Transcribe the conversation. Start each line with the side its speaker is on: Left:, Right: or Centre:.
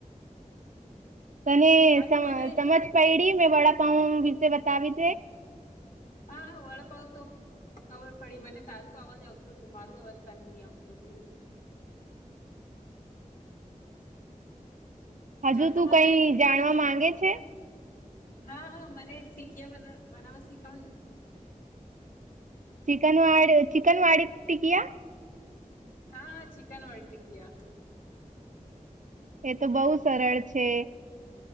Right: તને,
Left: હા
Right: સ
Left: તો મને
Right: સમજ પયડી મેં વડા <unintelligible> તે બતાવી છે--?
Left: હા હા વડાપાવ તો ખબર પડી મને તારું તો અવાજ આવતું હતો. મારું અવાજ પણ નહી આવતું હતું ને
Right: હજુ
Left: ચાલ
Right: તું
Left: તો મને
Right: કઈ જાણવા
Left: ટીક
Right: માંગે છે?
Left: હા હા મને ટીકિયા બનાવ બનાવવા શીખવ ની
Right: ચિકન વાડી ચિકન વાડી ટીકિયા?
Left: હા, હ ચિકન વારી ટિકિયા
Right: એ તો બહુ સરળ છે